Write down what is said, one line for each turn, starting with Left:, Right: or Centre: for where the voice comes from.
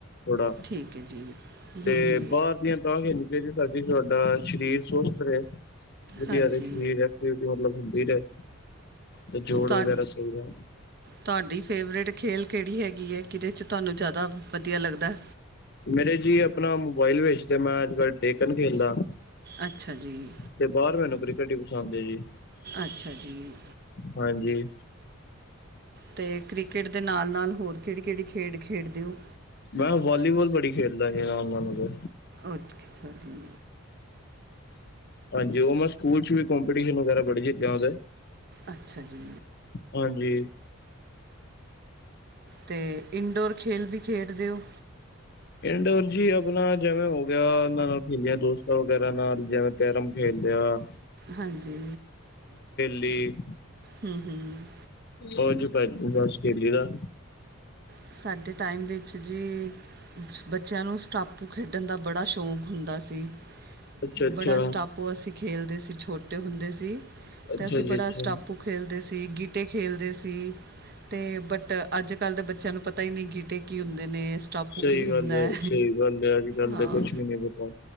Left: ਥੋੜਾ,
Right: ਠੀਕ ਹੈ ਜੀ ਹੂੰ
Left: ਤੇ
Right: ਹੂੰ
Left: ਬਾਰ ਦੀਆ ਤਾਂ ਖੇਲਨੀ ਚਾਈਦੀਆਂ ਤਾਂ ਕਿ ਤੁਹਾਡਾ ਸ਼ਰੀਰ ਸਵਸਥ ਰਹੇ ਵਧੀਆ
Right: ਹਾਂਜੀ
Left: ਦੇ ਸਰੀਰ ਐਕਟੀਵਿਟੀ ਮਤਲਬ ਹੁੰਦੀ ਰਏ ਤੇ ਜੋੜ
Right: ਤੁਹਾ
Left: ਵਗੈਰਾ ਸਈ ਹੈਣ।
Right: ਤੁਹਾਡੀ ਫੇਵਰੇਟ ਖੇਲ ਕੇੜੀ ਹੈਗੀ ਐ, ਕਿਦੇ 'ਚ ਤੁਆਨੂੰ ਜਿਆਦਾ ਵਧੀਆ ਲਗਦੈ
Left: ਮੇਰੇ ਜੀ ਆਪਨਾ ਮੋਬਾਈਲ ਵਿਚ ਤੇ ਮੈ ਅਜ-ਕਲ ਟੇਕਣ ਖੇਲਦਾ
Right: ਅੱਛਾ ਜੀ
Left: ਤੇ ਬਾਰ ਮੈਨੂੰ ਕ੍ਰਿਕੇਟ ਈ ਪਸੰਦ ਐਜੀ
Right: ਅੱਛਾ ਜੀ
Left: ਹਾਂਜੀ।
Right: ਤੇ ਕ੍ਰਿਕੇਟ ਦੇ ਨਾਲ-ਨਾਲ ਹੋਰ ਕੇੜੀ-ਕੇੜੀ ਖੇਡ ਖੇਡਦੇ ਓ।
Left: ਮੈ ਵਾਲੀਵਾਲ ਬੜੀ ਖੇਡਦਾ ਸੀ ਨਾਲੋਂ ਤੇ।
Right: ਓਤ ਕੇ ਖਾਦੀ।
Left: ਹਾਂਜੀ ਓਹ ਮੈ ਸਕੂਲ 'ਚ ਵੀ ਕਪਟੀਸ਼ਨ ਵਗੈਰਾ ਬੜੇ ਜਿੱਤਿਆਂ ਦੈ
Right: ਅਛਾ ਜੀ।
Left: ਹਾਂਜੀ।
Right: ਤੇ ਇਨਡੋਰ ਖੇਲ ਵੀ ਖੇਡਦੇ ਓ
Left: ਇਨਡੋਰ ਜੀ ਆਪਣਾ ਜਿਵੇ ਹੋ ਗੇਆ ਉਨਾ ਨਾਲ ਖੇਲੀਆਂ ਦੋਸਤਾਂ ਵਗੈਰਾ ਨਾਲ ਜਿਵੇ ਕੈਰਮ ਖੇਲਿਆ
Right: ਹਾਂਜੀ
Left: ਲਈ
Right: ਹੂੰ-ਹੂੰ।
Left: ਓ ਏਂਝ ਪਾਯਾ ਆਸਟ੍ਰੇਲੀਆ ਦਾ।
Right: ਸਾਡੇ ਟਾਈਮ ਦੇ ਇਚ ਜੀ ਬੱਚੇਆਂ ਨੂੰ ਸਟਾਪੂ ਖੇਡਣ ਦਾ ਬੜਾ ਸ਼ੋਕ ਹੁੰਦਾ ਸੀ-
Left: ਅੱਛਾ ਅੱਛਾ
Right: ਬੜਾ ਸਟਾਪੂ ਅਸੀ ਖੇਲਦੇ ਸੀ ਛੋਟੇ ਹੁੰਦੇ ਸੀ,
Left: ਅੱਛਾ
Right: ਤੇ ਅਸੀ
Left: ਜੀ
Right: ਬੜਾ
Left: ਅੱਛਾ
Right: ਸਟਾਪੂ ਖੇਲਦੇ ਸੀ ਗੀਟੇ ਖੇਲਦੇ ਸੀ, ਤੇ ਬਟ ਅੱਜ-ਕਲ ਦੇ ਬੱਚੇ- ਸਾਨੂੰ ਪਤਾ ਈ ਨੀ ਗੀਟੇ ਕੀ ਹੁੰਦੇ ਨੇ ਸਟਾਪੂ
Left: ਸਹੀ
Right: ਕੀ
Left: ਗੱਲ
Right: ਹੁੰਦੈ,
Left: ਹੈ ਸਹੀ ਗੱਲ ਹੈ ਅੱਜ ਕੱਲ
Right: ਹਾਂ‌।
Left: ਤਾਂ ਕੁਛ ਵੀ ਨਹੀਂ ਪਤਾ